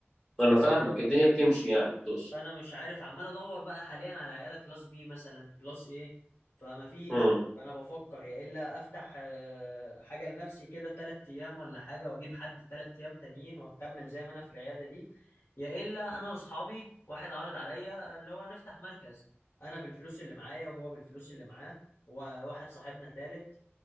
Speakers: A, in the centre; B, on the left (about 65°).
A: انا فاهمك الدنيا بتمشي يعني تقصد
B: فانا مش عارف عمال ادور بقى حاليا على عياده كلاس بي مثلا كلاس ايه فما فيش
A: مم.
B: فانا بفكر يا الا افتح آه، حاجه لنفسي كده تلات ايام ولا حاجه واجيب حد تلات ايام تانيين واكمل زي ما انا في العياده دي يا الا انا واصحابي واحد عرض عليا اللي هو نفتح مركز انا بالفلوس اللي معايا وهو بالفلوس اللي معاه وواحد صاحبنا تالت